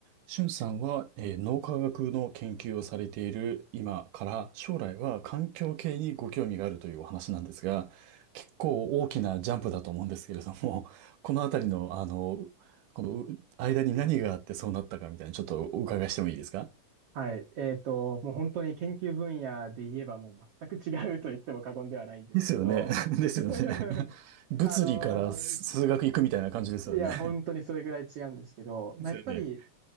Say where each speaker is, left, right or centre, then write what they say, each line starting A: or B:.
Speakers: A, on the right (about 80°); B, on the right (about 60°).
A: しゅんさんは、えー脳科学の研究をされている今から将来は環境系にご興味があるというお話なんですが、結構大きなジャンプだと思うんですけれども、<laughs> このあたりの、あの、このう間に何があってそうなったかみたいな、ちょっとお伺いしてもいいですか
B: はい。えっと、もう本当に研究分野で言えばもう全く違うと言っても過言ではないんですけど、
A: ですよね。<laughs> ですよね。
B: <laughs>
A: <laughs> 物理から数学行くみたいな感じですよね。
B: あの、すいや、本当にそれぐらい違うんですけど、まあ、
A: ですよね。
B: やっぱり